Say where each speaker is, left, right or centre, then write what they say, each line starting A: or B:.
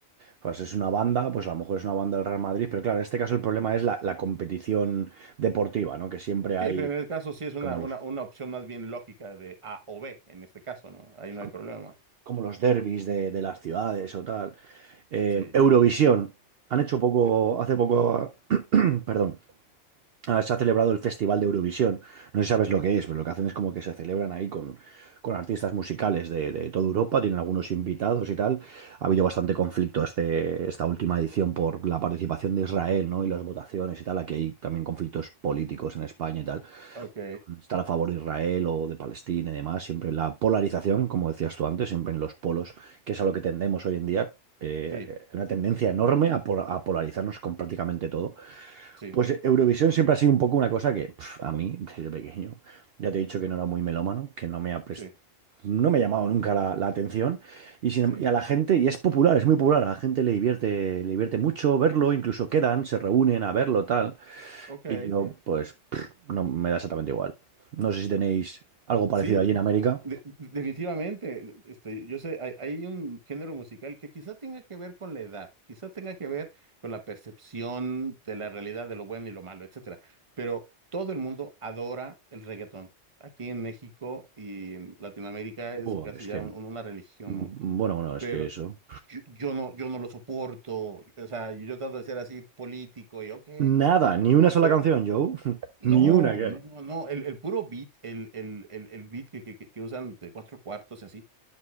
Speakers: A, on the right; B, on the right.
A: Pues es una banda, pues a lo mejor es una banda del Real Madrid, pero claro, en este caso
B: Sí,
A: el problema es la, la competición deportiva, ¿no? Que siempre hay
B: sí, pero en el caso sí es
A: pues,
B: una,
A: como los,
B: una, una opción más bien lógica de A o B, en este caso, ¿no? Ahí
A: pues,
B: no
A: como,
B: hay problema.
A: como los derbis de, de las ciudades o tal. Eh,
B: Sí,
A: Eurovisión. Han hecho poco,
B: sí.
A: hace poco, <clears throat> perdón, Ah, se ha celebrado el Festival de Eurovisión. No sé si sabes lo que es, pero lo que hacen es como que se celebran ahí con, con artistas musicales de, de toda Europa, tienen algunos invitados y tal. Ha habido bastante conflicto este, esta última edición por la participación de Israel, ¿no? Y las votaciones y tal. Aquí hay también conflictos políticos en España y tal.
B: Ok,
A: Estar a favor de Israel o de Palestina y demás. Siempre la polarización, como decías tú antes, siempre en los polos, que es a lo que tendemos hoy en día. eh,
B: sí,
A: eh, una tendencia enorme a por- a polarizarnos con prácticamente todo.
B: sí,
A: Pues Eurovisión siempre ha sido un poco una cosa que pf, a mí, desde pequeño, ya te he dicho que no era muy melómano, que no me ha pres-
B: sí,
A: no me ha llamado nunca la, la atención. Y, sin
B: sí.
A: em- y a la gente, y es popular, es muy popular, a la gente le divierte, le divierte mucho verlo, incluso quedan, se reúnen a verlo, tal.
B: Ok.
A: Y yo, pues, pf, no me da exactamente igual. No sé si tenéis algo parecido
B: Sí,
A: allí en América.
B: de- definitivamente. Este, yo sé, hay, hay un género musical que quizá tenga que ver con la edad, quizá tenga que ver con la percepción de la realidad de lo bueno y lo malo, etcétera. Pero todo el mundo adora el reggaetón. Aquí en México y en Latinoamérica es
A: Buah,
B: casi
A: es
B: ya
A: que,
B: un-
A: mm,
B: una religión,
A: bueno,
B: ¿no?
A: bueno, es
B: Pero
A: que eso.
B: yo, yo no, yo no lo soporto. O sea, yo trato de ser así político y ok,
A: Nada, ni una sola
B: pero
A: canción, Joe. <laughs>
B: no,
A: Ni una que
B: no,
A: hay.
B: no, no. El, el puro beat, el, el, el, el beat que, que, que- que usan de cuatro cuartos y así.